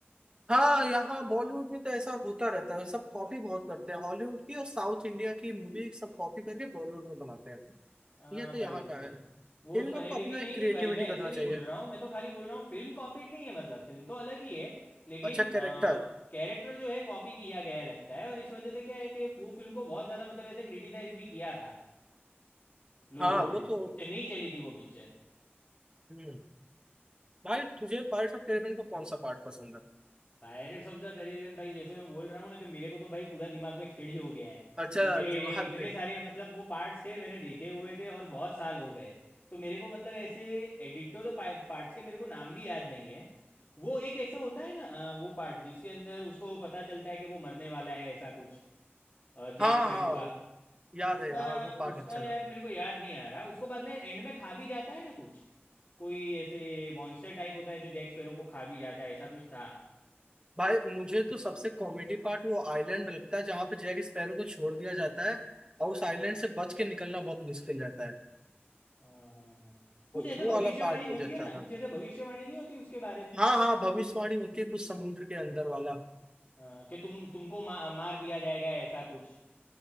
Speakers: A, on the right (about 25°); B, on the left (about 40°).
A: हाँ यहाँ बॉलीवुड में तो ऐसा होता रहता है सब कॉपी बहुत करते हैं हॉलीवुड की और साउथ इंडिया की मूवी सब कॉपी करके बॉलीवुड में बनाते हैं
B: हाँ
A: ये तो यहाँ
B: भाई वो
A: का
B: तो
A: है
B: है वो
A: इन
B: तो
A: लोग
B: है
A: को
B: लेकिन
A: अपना
B: नहीं
A: एक क्रिएटिविटी
B: नहीं भाई मैं
A: करना
B: ऐसे नहीं
A: चाहिए
B: बोल रहा हूँ मैं तो खाली बोल रहा हूँ फिल्म कॉपीड नहीं है मतलब फिल्म तो अलग ही है लेकिन
A: अच्छा
B: कैरेक्टर
A: कैरेक्टर
B: जो है कॉपी किया गया लगता है और इस वजह से क्या है कि वो फिल्म को बहुत ज़्यादा मतलब ऐसे क्रिटिसाइज भी किया था लोगों
A: हाँ
B: ने
A: वो तो
B: चेन्नई चली थी वो picture
A: हम्म भाई तुझे पार्ट ऑफ कैरेबियन का कौन सा पार्ट पसंद है
B: Pirates of the Caribbean भाई जैसे मैं बोल रहा हूँ ना कि मेरे को तो भाई पूरा दिमाग में खिचड़ी हो गया है
A: अच्छा
B: क्योंकि
A: दिमाग
B: इतने
A: पे
B: सारे मतलब वो पार्ट्स थे मैंने देखे हुए थे और बहुत साल हो गए तो मेरे को मतलब ऐसे एडिटो तो पार्ट्स के मेरे को नाम भी याद नहीं है वो एक ऐसे होता है ना अ, वो पार्ट जिसके अंदर उसको पता चलता है कि वो मरने वाला है ऐसा कुछ जैक
A: हाँ
B: स्पैरो
A: हाँ
B: का
A: याद
B: उसका
A: है हाँ वो पार्ट
B: उसका
A: अच्छा
B: यार
A: था
B: मेरे को याद नहीं आ रहा उसको बाद में एंड में खा भी जाता है ना कुछ कोई ऐसे मॉन्स्टर टाइप होता है जो जैक स्पैरो को खा भी जाता है ऐसा कुछ था
A: भाई मुझे तो सबसे कॉमेडी पार्ट वो आइलैंड लगता है जहाँ पे जैक स्पैरो को छोड़ दिया जाता है और उस आइलैंड से बच के निकलना बहुत मुश्किल रहता है
B: हाँ हाँ हाँ कुछ
A: वो
B: ऐसे
A: वो
B: भविष्यवाणी
A: वाला पार्ट
B: होती
A: मुझे अच्छा
B: है ना
A: था
B: कुछ ऐसे भविष्यवाणी नहीं होती उसके बारे में
A: हाँ हाँ भविष्यवाणी होती है कुछ समुद्र के अंदर वाला
B: हाँ, कि तुम तुमको मा, मार दिया जाएगा ऐसा कुछ